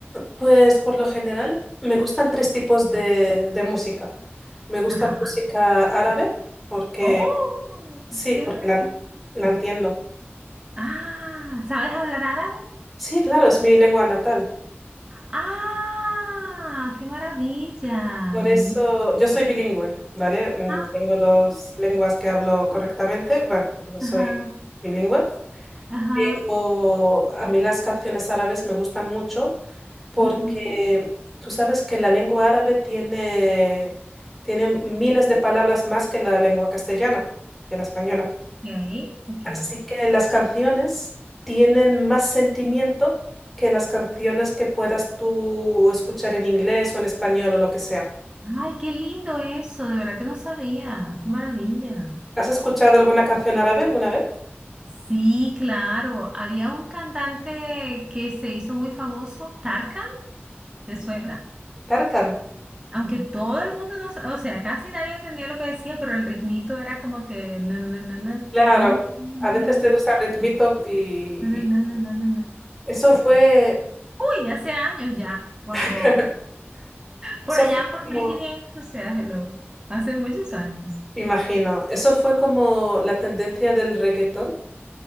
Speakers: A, in the centre; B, on the right.
A: Pues por lo general me gustan tres tipos de, de música. Me gusta
B: Ajá.
A: la música árabe, porque
B: ¡Oh!
A: sí,
B: ¡Qué
A: porque
B: maravilla!
A: la, la entiendo.
B: Ah, ¿sabes hablar árabe?
A: Sí, claro, es mi lengua natal.
B: ¡Ah! ¡Qué maravilla!
A: Por
B: Buenísimo.
A: eso yo soy bilingüe, ¿vale? Mm,
B: Ah,
A: Tengo dos lenguas que hablo correctamente. Bueno, soy
B: ajá,
A: bilingüe.
B: ajá.
A: Pero a mí las canciones árabes me gustan mucho porque
B: ujú,
A: tú sabes que la lengua árabe tiene, tiene miles de palabras más que la lengua castellana, que la española.
B: Ok, ok.
A: Así que las canciones tienen más sentimiento que las canciones que puedas tú escuchar en inglés o en español o lo que sea.
B: Ay, qué lindo eso, de verdad que no sabía. ¡Qué maravilla!
A: ¿Has escuchado alguna canción árabe alguna vez?
B: Sí, claro. Había un cantante que se hizo muy famoso, Tarkan, ¿te suena?
A: Tarkan.
B: Aunque todo el mundo no, sa- o sea, casi nadie entendía lo que decía, pero el ritmito era como que na, na, na, na,
A: Claro,
B: na, na,
A: a veces
B: na, na,
A: te gusta el ritmito y
B: na, na,
A: y
B: na, na, na, na.
A: eso fue...
B: <laughs> Uy, hace años ya, cuando
A: <laughs>
B: por
A: Eso
B: allá
A: fue
B: por
A: como,
B: mil quinientos, o sea, hello, hace muchos años.
A: imagino, eso fue como la tendencia del reggaetón